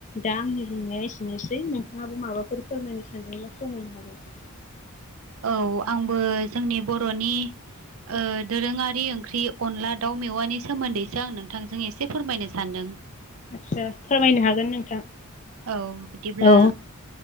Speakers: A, on the left (about 35°); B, on the right (about 65°).
A: दा आंनि बुंनाया एसेनोसै नोंथाङाबो माबाफोर फोरमायनो सानदोंब्ला फोरमायनो हागोन।
B: औ आंबो जोंनि बर'नि ओ दोरोङारि ओंख्रि अनला दाउ मेवानि सोमोन्दैसो आं नोंथांजों एसे फोरमायनो सान्दों।
A: आदसा फोरमायनो हागोन नोंथां।
B: औ बिदिब्ला
A: औ